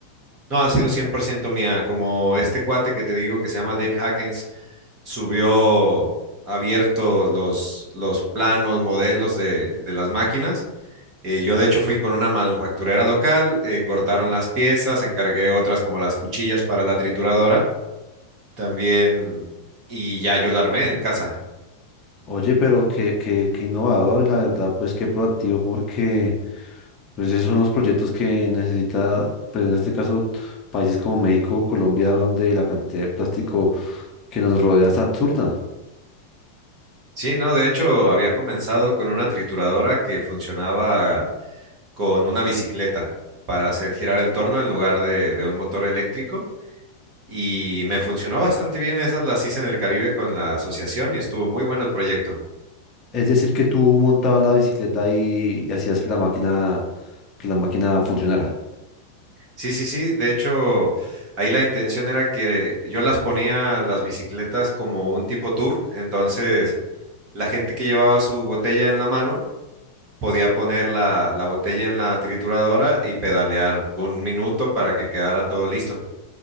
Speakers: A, on the right; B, on the left.
A: No, ha sido 100% mía, como este cuate que te digo que se llama Dave Hackens subió abierto los, los planos, modelos de, de las máquinas Eh, yo de hecho fui con una manufacturera local, eh, cortaron las piezas, encargué otras como las cuchillas para la trituradora también y ya yo la armé en casa.
B: Oye, pero qué, qué, qué innovador y la verdad, pues qué proactivo porque pues esos son los proyectos que necesita, pues en este caso, países como México o Colombia, donde la cantidad de plástico que nos rodea es absurda.
A: Sí, no, de hecho había comenzado con una trituradora que funcionaba con una bicicleta para hacer girar el torno en lugar de, de un motor eléctrico y me funcionó bastante bien. Esas las hice en el Caribe con la asociación y estuvo muy bueno el proyecto.
B: Es decir, que tú montabas la bicicleta y, y hacías que la máquina, que la máquina funcionara.
A: Sí, sí, sí. De hecho, ahí la intención era que yo las ponía las bicicletas como un tipo tour. Entonces, la gente que llevaba su botella en la mano podía poner la, la botella en la trituradora y pedalear un minuto para que quedara todo listo.